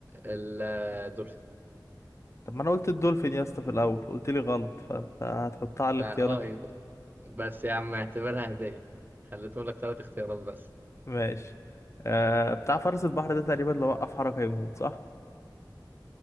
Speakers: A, on the right; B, on the left.
A: الدولفين
B: طب ما انا قلت الدولفين يا اسطى في الاول قلت لي غلط فانت هتحطها على
A: فاه
B: الاختيارات
A: يبقى بس يا عم اعتبرها هدية خليتهم لك ثلاث اختيارات بس
B: ماشي آه بتاع فرس البحر ده تقريبا لو وقف حركة يموت صح